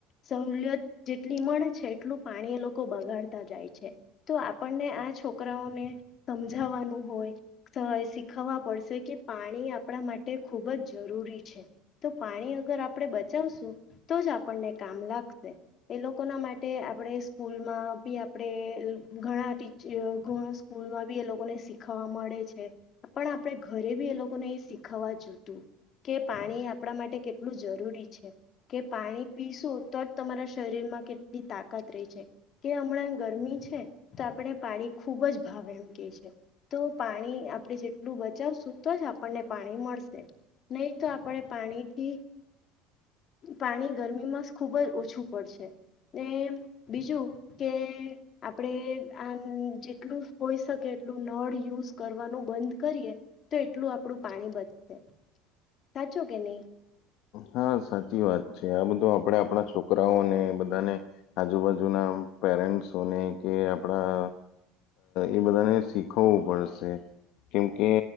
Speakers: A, on the left; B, on the left.
A: સહુલિયત જેટલી મળે છે એટલું પાણી એ લોકો બગાડતા જાય છે તો આપણને આ છોકરાઓને સમજાવવાનું હોય શીખવા પડશે કે પાણી આપણા માટે ખૂબ જ જરૂરી છે. પાણી અગર આપડણે બચાવશું ઓ તો જ આપણને કામ લાગશે એ લોકોના માટે આપણે સ્કૂલમાં બી આપણે ઘણા એ લોકો સ્કૂલ માં બી એ લોકોને શીખવા મળે છે પણ આપણે ઘરે બી એ લોકોને એ શીખવા જોઇતું કે પાણી આપણા માટે કેટલું જરૂરી છે કે પાણી પીશું તો જ તમારા શરીરમાં કેટલી તાકાત રહે છે કે હમણાં ગરમી છે તો આપણે પાણી ખૂબ જ ભાવ એમ કે છે તો પાણી આપડ જે આટલું બચાવશું તો જ આપણને પાણી મળશે નહી તો આપણે પાણીથી પાણી ગરમીમાં ખુબ જ ઓછું પડશે ને બીજું કે આપણે આમ જેટલું હોઈ એટલું નળ યુઝ કરવાનું બંધ કરીએ તો એટલું આપણું પાણી બચશે સાચો કે ની?
B: હા સાચી વાત છે આ બધું આપણેે આપણા છોકરાઓને બધાને આજુબાજુના પેરેન્ટ્સોને કે આપણા એ બધાને શીખવવું પડશે કેમકે